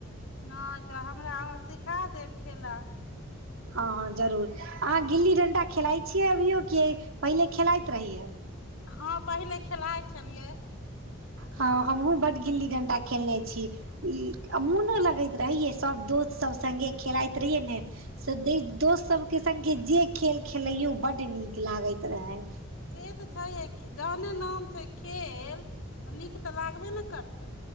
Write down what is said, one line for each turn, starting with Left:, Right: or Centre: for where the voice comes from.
Left: नहि तऽ हमरा अहाँ सिखा देब खेला।
Right: हँ हँ जरूर अहाँ गिल्ली डंटा खेलाइत छियै अभियौ कि पहिले खेलाइत रहियै।
Left: हँ पहिले खेलाइ छलियै।
Right: हँ हमहुँ बड्ड गिल्ली डंटा खेलने छी। मोनो लगैत रहि यै सभ दोस्त सभ सङ्गे खेलाइत रहियै ने। से दोस्त सभके सङ्गे जे खेल खेलैयौ बड्ड नीक लागैत रहय।
Left: से तऽ छैहे जहने नाम छै खेल तऽ नीक तऽ लागबे ने करतै।